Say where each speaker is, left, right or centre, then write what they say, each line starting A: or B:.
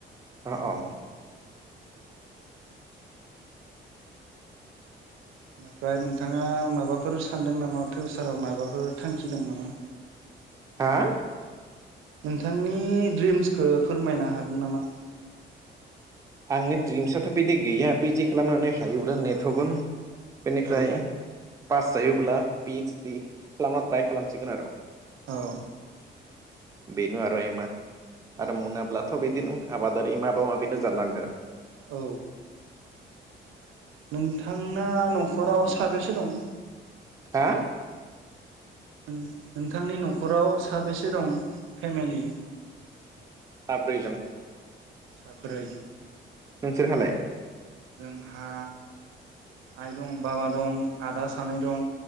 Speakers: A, on the right (about 15°); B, on the right (about 80°).
A: अह अह।
B: बेनिफ्राय नोंथाङा माबाफोर सानदों नामा फिउसाराव माबाफोर थांखि दं नामा?
A: हा?
B: नोंथांनि ड्रिम्सखौ फोरमायनो हागोन नामा?
A: आंनि ड्रिम्सआथ' बिदि गैया पि जि खालामनानै हायोब्ला नेट होगोन बेनिफ्राय
B: औ
A: पास जायोब्ला पि ओइस दि खालामना ट्राय खालामसिगोन आरो।
B: औ।
A: बेनो आरो एइमआ
B: औ
A: आरो मुनाब्ला बिदिनो आबादारि बेनो जानांगौ।
B: औ नोंथांना न'खराव साबेसे दं?
A: हा?
B: नोंथांनि न'खराव साबेसे दं फेमिलि?
A: साब्रै जों।
B: साब्रै।
A: नोंसोरहालाय
B: जोंहा आइ दं, बाबा दं, आदा सानै दं,